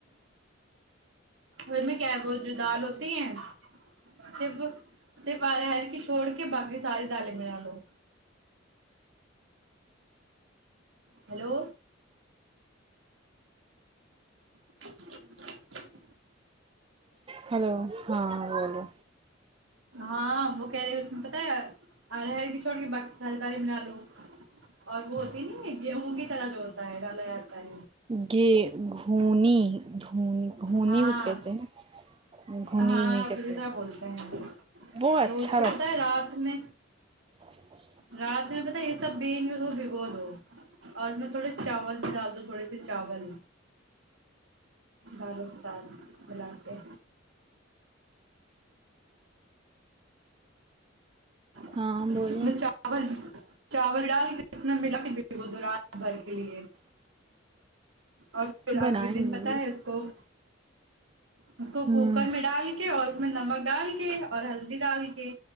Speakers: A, on the right (about 75°); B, on the right (about 25°).
A: اس میں کیا ہے وہ جو دال ہوتی ہیں صرف صرف آرر کی چھوڑ کے باقی ساری دالیں ب ڈالو ہیلو ہاں
B: ہلو ہاں بولو
A: ہاں وہ کہہ رہے اس میں پتاہ ہے ہر ہر کی چھو کے ہ تاری بنا لو اور وہ ہوتی ہے نا گیہوں کی طرح جو ہوتا ہے ڈالا جاتا ہے
B: گ گھونی دھنی ہونی
A: ہاں
B: کچھ کہتے ہیں گھونی
A: ہاں
B: اونی کر
A: گریجا
B: کے
A: بولتے ہیں
B: وہ اچھا
A: تو اس کو پت ہے رات میں
B: چھا
A: رات میں پتا یہ سب بھیین اس کو بھگو دو اور میں تھوڑے چاول بھی ڈال دو تھوڑے سے چاول دالوں کے ساد ملا کے است
B: ہاں بولو
A: میں چاول چاول ڈال کے ات میں ملا کے وہ دوران بھر کے لیئے اور پھر
B: بنائیں
A: اگلے دن
B: گے ہم
A: پت
B: بھی۔
A: ہے اس کو اس کو
B: ہوں
A: کوکر میں ڈال کے اور اس میں نمک ڈال کے اور ہلدی ڈال کے